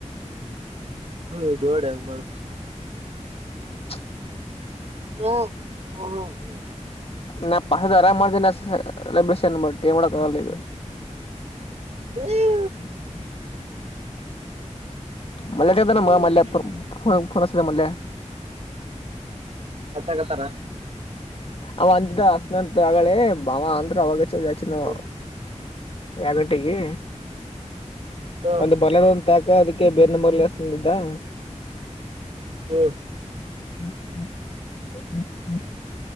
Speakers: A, on the right; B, on the left.
A: ಹ್ಮ ಡೋಡ್ ಹೆಂಗ ಮಾಡತ್
B: <inaudible>
A: ಹ್ಮ ಹ್ಮ ಹ್ಮ್ ಹ್ಮ
B: ನಾ ಪಸದ ಆರಾಮ್ ಮಾಡ್್ದೇ ನ ಲ್ಯನ್ ಬಟ್ಟು ಮಾಡಡಕ್ ಆಗಲ್ಲದು
A: ಹ್ಮ
B: ಹ್ಮ ಹ್ಮ ಮಯ ಚದಾನ
A: ಹ್ಮ್
B: ಮಲ್ಲೋನ್ ಮಲ್ಲ
A: ಹಚ್ಚಾಗತ್ತಾರ
B: ಅವ ಅಂತಿದ್ದ ಅಸನಂತ ಆಗಳೆ ಬಾಮ ಅಂದ್ರ ಅವಾಗ ಚ ನ
A: ಹ
B: ಯ ಗಂಟೆಗೆ
A: ಹ
B: ಒಂದು ಬಲದ ಒ್ ತಾಕ ಅದಕ್ಕೆ ಬೇರೆ ನಂಬರ್ಲ್ಲಿ ಎಷ್ಟಂದಿದ್ದ
A: ಹ್ಮ
B: ಹ್ಮ್ ಹ್ಮ್ ಹ್ಮ್ ಹ್ಮ್